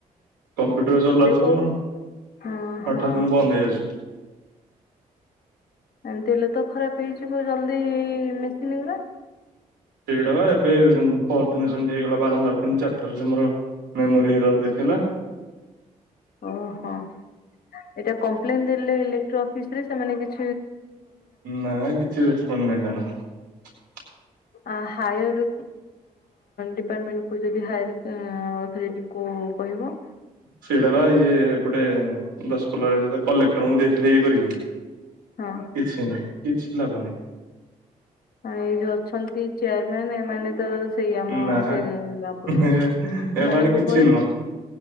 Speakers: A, on the right (about 90°); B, on the left (about 65°).
A: କମ୍ପ୍ୟୁଟର ଚଲାଉଥିବ
B: କୋଉ ହଁ ହଁ
A: ଆଠ ଦିନ ବନ୍ଦ ହେଇଯାଉଛି।
B: ଏମତି ହେଲେ ତ ଖରାପ ହେଇଯିବ। ମୁଁ ଜଲଦି ମିସିିନିନା।
A: ସେଇଟା ବା ଏବେ ପର ଦିନ ସେମିତି ହେଇଗଲା ବାରମ୍ବାର ତିନି ଚାରିଥର ଯେମୋର ମେମୋରି ଏରର ଦେଖେଇଲା।
B: ଓହୋ ଏଟା କମ୍ପ୍ଲେନ ଦେଲେ ଇଲେକ୍ଟ୍ରୀ ଅଫିସ ରେ ସେମାନେ କି
A: ନାଇଁ କିଛି ରେସପନ ନାହିଁ ତାଙ୍କର।
B: ଆ ହାୟାର୍ ଡିପାର୍ଟମେଣ୍ଟକୁ ଯଦି ହାୟାର୍ ଅଥରିଟିଙ୍କୁ କହିବ
A: ସେଇଟା ବା ଇଏ ଏପଟେ ଦଶ ପଲ କଲେକ୍ଟରଙ୍କୁ ଦେଇଥିଲେ ଇଏ କରିକି। କିଛି
B: ହଁ।
A: ନାହିଁ। କିଛି ଲାଭ ନାହିଁ
B: ଏଇ ଯୋଉ ଅଛନ୍ତି ଚେୟାରମ୍ୟାନ ଏମାନେ ତ ସେଇ ଆମ
A: ନା
B: ସେ ଗାଁପଟର।
A: ଏ
B: ସେମାନଙ୍କୁ
A: ଏମାନେ କିଛି
B: କହିଲେ
A: ନୁହଁ